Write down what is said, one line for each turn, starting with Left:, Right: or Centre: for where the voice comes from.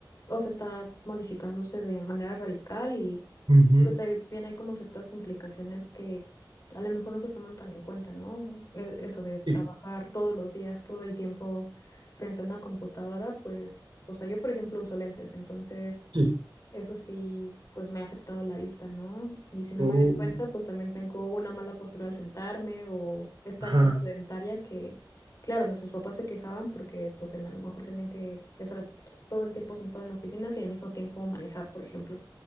Left: o sea, está modificándose de manera radical
Right: Ujú.
Left: pues también hay como ciertas implicaciones que a lo mejor no se toman tan en cuenta, ¿no? E- Eso de trabajar
Right: Sí.
Left: todos los días, todo el tiempo frente a una computadora, pues, o sea, yo por ejemplo uso lentes, entonces
Right: y-
Left: eso sí, pues me ha afectado la vista, ¿no? Y si no
Right: oh,
Left: me doy cuenta, pues también tengo una mala postura al sentarme o esta
Right: ajá,
Left: vida sedentaria que... Claro, nuestros papás se quejaban porque pues ten- a lo mejor tenían que estar todo el tiempo sentado en oficinas y al mismo tiempo manejar, por ejemplo